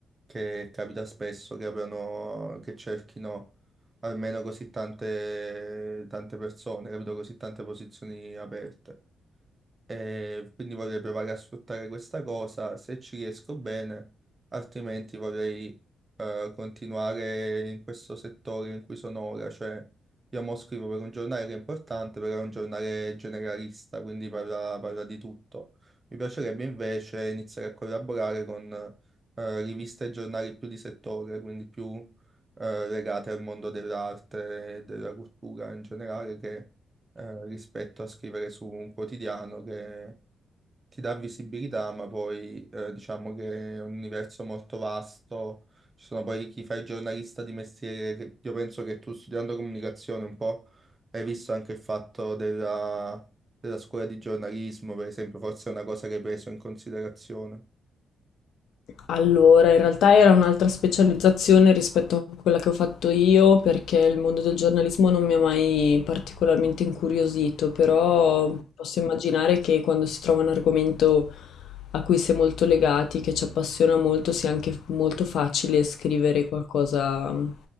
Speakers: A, on the right; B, on the left.
A: che capita spesso che apriano, che cerchino almeno così tante, tante persone, capito? Così tante posizioni aperte e quindi vorrei provare a sfruttare questa cosa se ci riesco bene, altrimenti vorrei eh, continuare in questo settore in cui sono ora, cioè io mo scrivo per un giornale che è importante, però è un giornale generalista, quindi parla, parla di tutto. Mi piacerebbe invece iniziare a collaborare con eh, riviste e giornali più di settore, quindi più eh, legate al mondo dell'arte e della cultura in generale, che eh, rispetto a scrivere su un quotidiano che ti dà visibilità, ma poi eh, diciamo che è un universo molto vasto. Ci sono poi chi fa il giornalista di mestiere, che io penso che tu studiando comunicazione un po' hai visto anche il fatto della, della scuola di giornalismo, per esempio, forse è una cosa che hai preso in considerazione.
B: Allora, in realtà era un'altra specializzazione rispetto a quella che ho fatto io, perché il mondo del giornalismo non mi ha mai particolarmente incuriosito, però posso immaginare che quando si trova un argomento a cui si è molto legati, che ci appassiona molto, sia anche molto facile scrivere qualcosa mm,